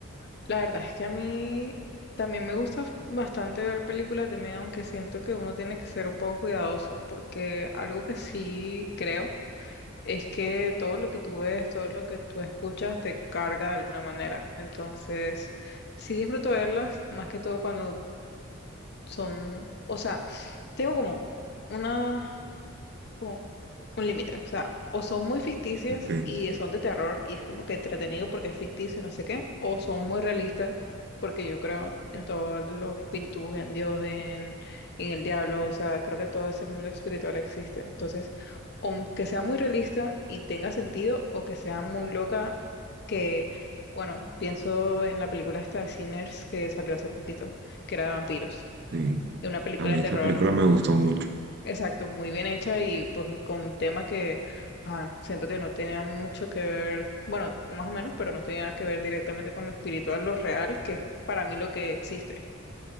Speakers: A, on the left; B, on the right.
A: la verdad es que a mí también me gusta bastante ver películas de miedo, aunque siento que uno tiene que ser un poco cuidadoso, porque algo que sí creo Es que todo lo que tú ves, todo lo que tú escuchas te carga de alguna manera. Entonces, sí disfruto verlas, más que todo cuando son, o sea, tengo como una como un límite. O sea, o son muy ficticias
B: Espe-
A: y son de terror y es como que entretenido porque es ficticio, no sé qué, o son muy realistas porque yo creo en todos los espíritus, en Dios, en, en el diablo, o sea, creo que todo ese mundo espiritual existe. Entonces, o que sea muy realista y tenga sentido, o que sea muy loca, que, bueno, pienso en la película esta de Sinners que salió hace poquito, que era de vampiros.
B: Sí,
A: Es Una película
B: a mí
A: de terror
B: esa película me gustó mucho.
A: Exacto, muy bien hecha y pues un- con un tema que ajá, siento que no tenía mucho que ver, bueno, más o menos, pero no tenía que ver directamente con lo espiritual, lo real, que es para mí lo que existe.